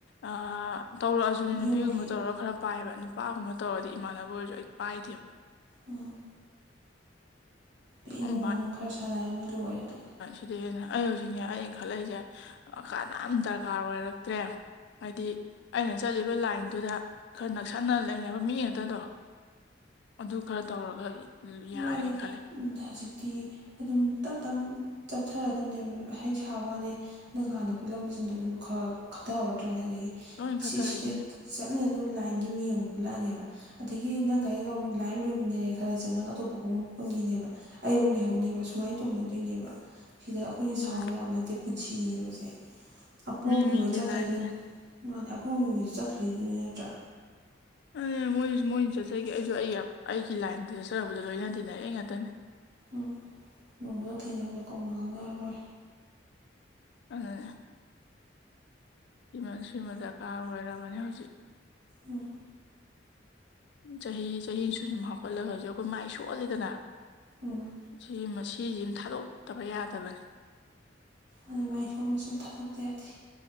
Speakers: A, on the left (about 65°); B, on the right (about 60°).
A: ꯑꯥ ꯇꯧꯔꯛꯑꯁꯨꯅꯦ ꯅꯨꯄꯤꯒꯨꯝꯕ
B: ꯌꯨꯝꯒꯤ
A: ꯇꯧꯔꯒ ꯈꯔ ꯄꯥꯏꯑꯕ ꯅꯨꯄꯥꯒꯨꯝꯕ ꯇꯧꯔꯗꯤ ꯏꯃꯥꯟꯅꯕ ꯑꯣꯏꯔꯁꯨ ꯑꯩ ꯄꯥꯏꯗꯦꯕ
B: ꯎꯝ ꯑꯩ ꯏꯃꯨꯡ
A: ꯑꯝ
B: ꯃꯅꯨꯡ ꯈꯔ ꯁꯥꯟꯅꯔꯅꯤ ꯂꯣꯏꯔꯦ ꯑꯗꯨꯒ
A: ꯁꯤꯗꯩꯍꯦꯟꯅ ꯑꯩ ꯍꯧꯖꯤꯛꯅꯦ ꯑꯩꯅꯈꯠꯂꯛꯏꯁꯦ ꯀꯥꯟꯅꯥꯝ ꯗꯔꯀꯥꯔ ꯑꯣꯏꯔꯛꯇ꯭ꯔꯦ ꯍꯥꯏꯗꯤ ꯑꯩꯅ ꯆꯠꯂꯤꯕ ꯂꯥꯏꯟꯗꯨꯗ ꯈꯔ ꯅꯛꯁꯟꯅ ꯂꯩ ꯍꯥꯏꯕ ꯃꯤ ꯉꯥꯛꯇꯗꯣ ꯑꯗꯨ ꯈꯔ ꯇꯧꯔꯒ ꯌꯥꯔꯦ
B: ꯃꯥꯅꯤ
A: ꯈꯜꯂꯦ
B: ꯎꯝ ꯍꯧꯖꯤ ꯇꯤ ꯑꯗꯨꯝ ꯇꯝ ꯇꯝ ꯆꯞꯊꯔꯛꯑꯗꯝꯅꯦ ꯍꯥꯏ ꯁꯥꯕꯩꯋꯥꯅꯦ ꯅꯪ ꯍꯥꯟꯅ ꯄꯨꯜꯂꯝꯕꯁꯤꯡꯗꯣ ꯑꯗꯨꯝ ꯈꯔ ꯈꯔ ꯈꯠꯍꯧꯔꯗ꯭ꯔꯥꯅꯦ ꯑꯗꯒꯤ
A: ꯂꯣꯏ ꯈꯠꯊꯔꯛꯏꯁꯤꯅ
B: ꯁꯤꯁꯤꯗ ꯆꯠꯃꯤꯟꯅꯗꯨꯕꯨ ꯂꯥꯏꯟꯒꯤ ꯃꯤ ꯑꯃꯨꯛ ꯄꯨꯜꯂꯛꯑꯅꯦꯕ ꯑꯗꯒꯤ ꯅꯪꯒ ꯑꯩꯒ ꯑꯃꯨꯛ ꯂꯥꯏꯟ ꯂꯣꯏꯃꯤꯟꯅꯔꯦ ꯈꯔꯁꯦ ꯅꯪ ꯑꯇꯣꯞꯄ ꯑꯃꯨꯛ ꯄꯨꯟꯈꯤꯅꯦꯕ ꯑꯩ ꯑꯃꯨꯛ ꯂꯩꯍꯧꯅꯦꯕ ꯁꯨꯃꯥꯏꯅ ꯇꯧꯅꯗꯣꯏꯅꯦꯕ ꯁꯤꯗ ꯑꯩꯈꯣꯏꯅ
A: ꯑꯗꯨꯅ
B: ꯁꯥꯎꯔꯨ ꯌꯥꯕ ꯅꯠꯇꯦ ꯄꯨꯟꯁꯤꯅꯦꯕꯁꯦ ꯑꯄꯣꯝꯕꯤ
A: ꯃꯤ ꯃꯤꯒꯤ
B: ꯃꯣꯏ ꯆꯠꯈꯩꯗꯣꯏꯅꯤ
A: ꯂꯥꯏꯞꯅꯦ
B: ꯃꯥꯅꯦ ꯑꯄꯣꯝꯕꯤ ꯃꯣꯏꯁꯨ ꯆꯠꯈ꯭ꯔꯤꯗꯨꯅꯤ ꯅꯠꯇ꯭ꯔꯥ
A: ꯑꯗꯨꯅꯦ ꯃꯣꯏꯁꯨ ꯃꯣꯏ ꯆꯠꯆꯥꯒꯤ ꯑꯩꯁꯨ ꯑꯩ ꯑꯩꯒꯤ ꯂꯥꯏꯟꯗ ꯆꯠꯆꯔꯨꯕꯗꯣ ꯂꯣꯏꯅ ꯇꯤꯟꯅꯔꯛꯑꯏ ꯉꯥꯛꯇꯅꯦ
B: ꯎꯝ ꯅꯣꯡ ꯐꯥꯗꯣꯛ ꯊꯦꯡꯅꯕꯗ ꯀꯧꯅ ꯉꯥꯡꯅꯔꯔꯣꯏ
A: ꯑꯗꯨꯅꯦ ꯁꯤꯃꯥ ꯁꯤꯃꯥ ꯗꯔꯀꯥꯔ ꯑꯣꯏꯔꯕꯅꯦ ꯍꯧꯖꯤꯛ
B: ꯎꯝ
A: ꯆꯍꯤ ꯆꯍꯤ ꯁꯨꯝ ꯁꯨꯝ ꯍꯥꯞꯀꯠꯂꯒ ꯍꯧꯖꯤꯛ ꯑꯩꯈꯣꯏ ꯃꯥꯏ ꯁꯣꯜꯂꯤꯗꯅ
B: ꯎꯝ
A: ꯁꯤ ꯃꯁꯤꯖꯤꯝ ꯊꯥꯗꯣꯛꯇꯕ ꯌꯥꯗꯕꯅꯦ
B: ꯑꯗꯨꯃꯥꯏ ꯁꯣꯝꯗ ꯁꯤꯃ ꯊꯥꯗꯣꯛꯇ ꯌꯥꯗꯦ